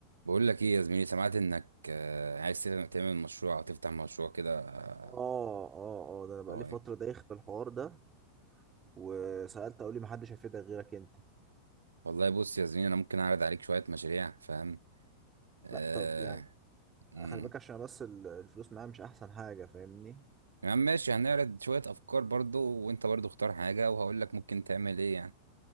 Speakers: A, on the right; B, on the right.
A: بقول لك ايه يا زميلي سمعت انك آه، عايز تعمل تعمل مشروع او تفتح مشروع كده آه،
B: اه اه اه ده انا بقالي
A: هو ايه
B: فترة دايخ في الحوار ده وسألت اقول لي محدش هيفيدك غيرك انت
A: والله بص يا زميلي انا ممكن اعرض عليك شويه مشاريع فاهم آه
B: لا طب يعني
A: امم
B: خلي بالك عشان أنا بس ال- الفلوس معايا مش احسن حاجة فاهمني
A: يا عم ماشي هنعرض شويه افكار برضو وانت برضو اختار حاجه وهقول لك ممكن تعمل ايه يعني